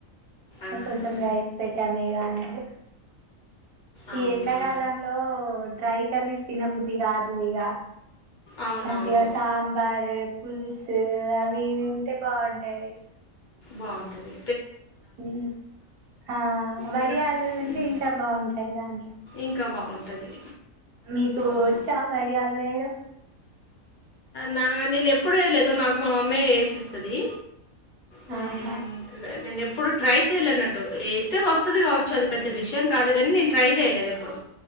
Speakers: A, on the left; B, on the right.
A: ఆహా.
B: ఇ కొంచెం రైస్ పెట్టాము ఇగ అంతే
A: అవునా
B: ఈ ఎండాకాలంలో డ్రై కర్రీస్ తిన బుద్ధి కాదు ఇగ
A: అవునవును
B: మంచిగా సాంబార్ పుల్సు అవి ఇవి ఉంటే బాగుంటది
A: బాగుంటది
B: హమ్ ఆ వడియాలు
A: కదా
B: ఉంటే
A: ఉమ్.
B: ఇంకా బాగుంటాయి దాంట్లో
A: ఇంకా బాగుంటుంది
B: మీకు
A: అవును
B: వచ్చా వడియాలు వేయడం
A: నా నేను ఎప్పుడ వేయలేదు నాకు మా మమ్మీ వేసిస్తది హ్మ్
B: ఆహా!
A: <inaudible> నేనెప్పు అప్పుడు ట్రై చేయలేన్నట్టు వేస్తే వస్తది కావచ్చు. అది పెద్ద విషయం కాదు. కానీ నేను ట్రై చేయలేదు. ఎప్పుడు